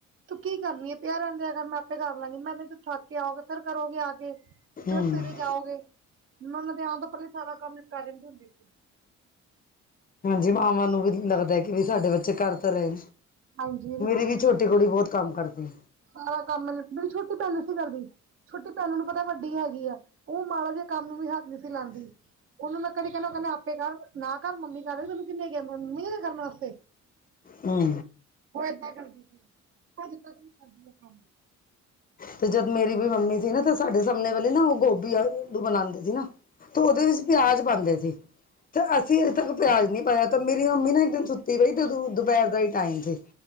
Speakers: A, on the right; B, on the left.
A: ਤੂੰ ਕੀ ਕਰਨੀ ਆ ਪਿਆ ਰਹਿਣ ਦਿਆ ਕਰ ਮੈਂ ਆਪੇ ਕਰ ਲਾਂਗੀ ਮੈਂ <unintelligible> ਥੱਕ ਕੇ ਆਓਗੇ ਫਿਰ ਕਰੋਗੇ ਆ ਕੇ ਫੇਰ
B: ਹੂੰ
A: ਸਵੇਰੇ ਜਾਓਗੇ ਮੈਂ ਉਹਨਾਂ ਦੇ ਆਣ ਤੋਂ ਪਹਿਲਾਂ ਸਾਰਾ ਕੰਮ ਨਿਪਟਾ ਦਿੰਦੀ ਹੁੰਦੀ ਸੀ।
B: ਹਾਂਜੀ, ਮਾਵਾਂ ਨੂੰ ਵੀ ਲੱਗਦਾ ਕਿ ਵੀ ਸਾਡੇ ਬੱਚੇ ਘਰ ਤਾਂ ਰਹੇ
A: ਹਾਂਜੀ
B: ਮੇਰੀ ਵੀ ਛੋਟੀ ਕੁੜੀ ਬਹੁਤ ਕੰਮ ਕਰਦੀ।
A: ਸਾਰਾ ਕੰਮ ਮੇਰੀ ਛੋਟੀ ਭੈਣ ਨੀ ਸੀ ਕਰਦੀ। ਛੋਟੀ ਭੈਣ ਨੂੰ ਪਤਾ ਵੱਡੀ ਹੈਗੀ ਆ ਉਹ ਮਾੜਾ ਜਿਹੇ ਕੰਮ ਨੂੰ ਵੀ ਹੱਥ ਨਹੀਂ ਸੀ ਲਾਂਦੀ। ਉਹਨੂੰ ਮੈਂ ਕਦੀ ਕਹਿਣਾ ਉਹ ਕਹਿੰਦਾ ਆਪੇ ਕਰ ਨਾ ਕਰ ਮੰਮੀ ਕਰ ਰਹੇ ਤੈਨੂੰ ਕਿੰਨੇ ਕਿਹਾ ਮੰਮੀ ਕਰਨ ਵਾਸਤੇ।
B: ਹੂੰ
A: ਉਹ ਏਦਾਂ ਹੀ ਕਰਦੀ ਸੀ ਉਹ ਜਿੱਦਾਂ ਦਾ ਵੀ ਕਰਦੀ ਕੰਮ।
B: ਤੇ ਜਦ ਮੇਰੀ ਵੀ ਮੰਮੀ ਸੀ ਨਾ, ਤੇ ਸਾਡੇ ਸਾਹਮਣੇ ਵਾਲੀ ਨਾ ਉਹ ਗੋਭੀ ਆਲੂ ਬਣਾਉਂਦੇ ਸੀ ਨਾ। ਤੇ ਉਹਦੇ ਵਿੱਚ ਪਿਆਜ ਪਾਉਂਦੇ ਸੀ ਤੇ ਅਸੀਂ ਅਜੇ ਤੱਕ। ਪਿਆਜ ਨੀ ਪਾਇਆ, ਤੇ ਮੇਰੀ ਮੰਮੀ ਨਾ ਇੱਕ ਦਿਨ ਸੁੱਤੀ ਪਈ ਤੇ ਦੁਪਹਿਰ ਦਾ ਹੀ ਟਾਈਮ ਸੀ